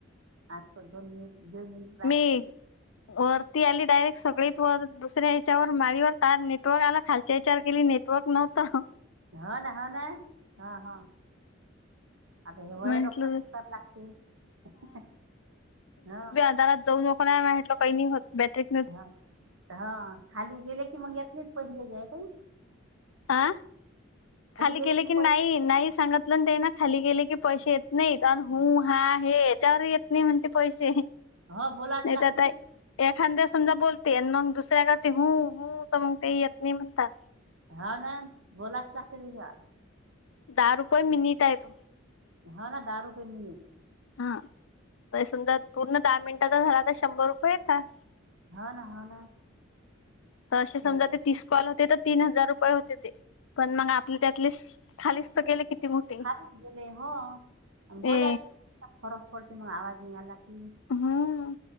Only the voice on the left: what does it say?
मी. वरती आली डायरेक्ट सगळीत वर दुसऱ्या याच्यावर माळीवर तार नेटवर्क आला खालच्या हयाच्यावर गेली नेट तो क नव्हता
म्हटलं
जरा जाऊन को माटलं काही नाही होत बॅटरी <unintelligible>
अ खाली
केले की नाही
नाही सांगत. ते ना खाली गेले की पैसे येत नाहीत आणि हु हा हे याच्यावर येत नाही म्हणते पैसे.
नाही
तर आता
एखाद्या समजा बोलते मग दुसऱ्याकती हुं हुं तर मग ते येत नाही म्हणतात.
दहा रुपये मिनिट हाय ते.
हा तर समजा पूर्ण दहा मिनिटाचा झाला तर शंभर रुपये येतात.
तर असे
समजा ते तीस कॉल होते तर तीन हजार रुपये होते ते. पण मग आपले त्यातले खालीच तर गेले किती मोठे
ए
हम्म